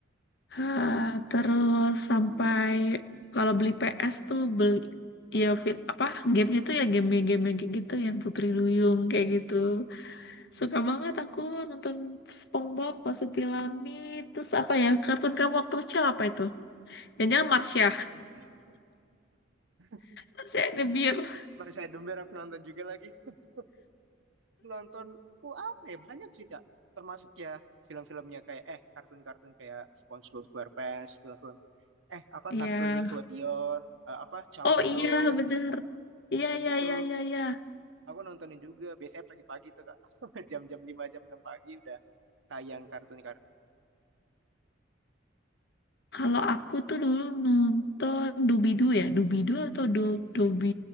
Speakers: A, on the left (about 60°); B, on the right (about 75°).
A: Ah, terus
B: Itu
A: sampai
B: iya legend.
A: kalau beli PS tuh beli ya fi- apa gamenya tuh ya game-game yang kayak gitu yang Putri Duyung kayak gitu. Suka banget aku nonton SpongeBob, Masuk Pilamid, terus apa ya kartun kamu waktu kecil apa itu? Jangan-jangan Marsha.
B: Hmm. <laughs>
A: Marsha and the Bear.
B: Marissa Edember aku nonton juga lagi. <laughs> Nonton, oh apa ya, banyak sih Kak. Termasuk ya film-filmnya kayak, eh kartun-kartun kayak SpongeBob SquarePants, film-film. Eh apa,
A: Iya.
B: kartun Nickelodeon, eh, apa, Chalk
A: Oh iya
B: Zone,
A: bener. Iya
B: gitu-gitu.
A: iya iya iya iya.
B: Aku nontonin juga, biasanya pagi-pagi tuh Kak. <laughs> Sampai jam-jam 5 jam 6 pagi udah tayang kartun-kartun.
A: Kalau aku tuh dulu nonton Doobie-Doo ya, doobie atau Do Dobi,